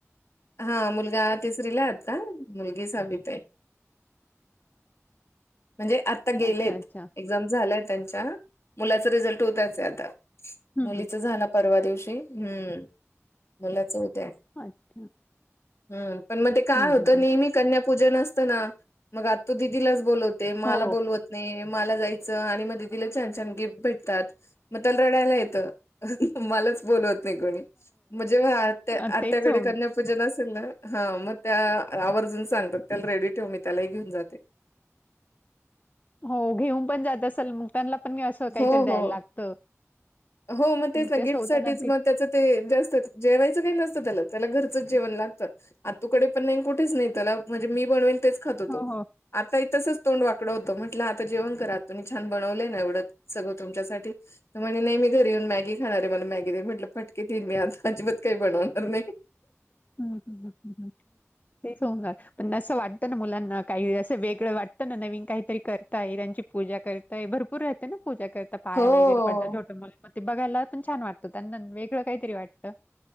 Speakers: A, on the left; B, on the left.
A: हा मुलगा तिसरी ला आता, मुलगी साहावीत आहे. म्हणजे आता आता गेलेत,
B: अच्छा, अच्छा.
A: एक्झाम झालाय त्यांच्या मुलाचा रिझल्ट उद्याच आहे आता
B: हं,
A: मुलीच
B: हं.
A: झालं परवा दिवशी, ''हम्म'' मुलाचं उद्या आहे.
B: अच्छा!
A: हम्म.. पण मग ते काय
B: हं,
A: होतं
B: हं, हं.
A: नेहमी कन्यापूजन असतं ना, मग आत्तु दिदीलाच बोलवतो. ते मला
B: हो, हो.
A: बोलवत नाही, मला जायचं आणि मग दिदिला छान छान गिफ्ट भेटतात. मग त्याला रडायला येतं, मलाच बोलवत ते कधी म्हणजे ते
B: अ,
A: आ आत्या
B: तेच
A: कडे
B: हो.
A: कन्या पूजन असेल ना हा मग त्या आवर्जून सांगतात त्याला रेडी ठेव मी त्यालाही घेऊन जाते
B: हो घेऊन पण जात असल मग त्यांना पण मी असं काहीतरी
A: हो
B: द्यायला
A: हो
B: लागतं
A: हो मग तेच ना
B: ते असं
A: गिफ्टसाठीच
B: होताना
A: मग त्याचं ते जास्त जेवायचं काही नसतं त्याला- त्याला घरचंच जेवण लागतं आत्तू कडे पण नाही कुठेच नाही त्याला म्हणजे मी बनवेन तेच खातो
B: हो,
A: तो
B: हो.
A: आता ही तसंच तोंड वाकडं होतं म्हटलं आता जेवण कर आत्तू छान बनवलेय ना एवढं सगळं तुमच्यासाठी तर म्हणे नाही मी घरी येऊन मॅगी खाणार आहे मला मॅगी दे म्हटलं फटके देईन मी आता अजिबात काही बनवणार नाही
B: हम्म-हम्म-हम्म-हम्म तेच होणार पण असं वाटत ना मुलांना काही असं वेगळ वाटत ना नवीन काहीतरी कर ताई त्यांची पूजा करतय भरपूर राहते ना पूजा करत. पाया
A: हो.
B: वगैरे पडतं छोट मला म ते बघायला पण छान वाटत त्यांना वेगळ काहीतरी वाटतं.